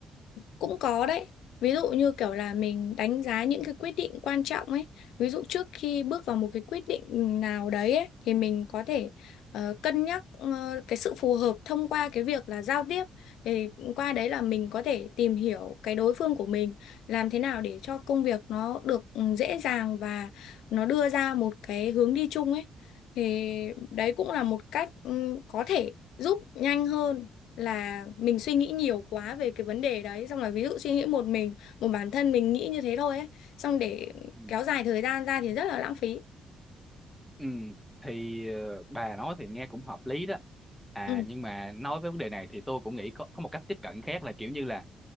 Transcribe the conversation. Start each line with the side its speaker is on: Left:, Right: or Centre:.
Left: cũng có đấy. Ví dụ như kiểu là mình đánh giá những cái quyết định quan trọng ấy. Ví dụ trước khi bước vào một cái quyết định nào đấy ấy, thì mình có thể ờ, cân nhắc ờ, cái sự phù hợp thông qua cái việc là giao tiếp. Thì qua đấy là mình có thể tìm hiểu cái đối phương của mình làm thế nào để cho công việc nó được ừ, dễ dàng và nó đưa ra một cái hướng đi chung ấy. Thì đấy cũng là một cách ừ, có thể giúp nhanh hơn là mình suy nghĩ nhiều quá về cái vấn đề đấy xong rồi ví dụ suy nghĩ một mình một bản thân mình nghĩ như thế thôi ấy xong để
Centre: ừ.
Left: kéo dài thời gian ra thì rất là lãng phí
Centre: Ừ. thì ờ, bà nói thì nghe cũng hợp lý đó à
Left: ừ
Centre: nhưng mà nói với vấn đề này thì tôi cũng nghĩ có, có một cách tiếp cận khác là kiểu như là